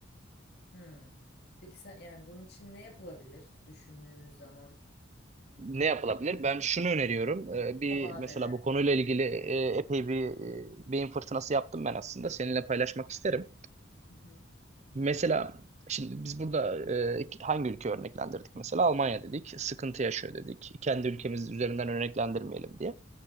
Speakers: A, on the left; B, on the right.
A: Hmm. Peki sen yani bunun için ne yapılabilir düşündüğümüz zaman
B: Ne
A: bu noktada
B: yapılabilir? Ben şunu öneriyorum. Ee, bir
A: kısa vadede?
B: mesela bu konuyla ilgili e, epey bir e, beyin fırtınası yaptım ben aslında. Seninle paylaşmak isterim.
A: Hı hı.
B: Mesela şimdi biz burada e, hangi ülke örneklendirdik? Mesela Almanya dedik. Sıkıntı yaşıyor dedik. Kendi ülkemiz üzerinden örneklendirmeyelim diye.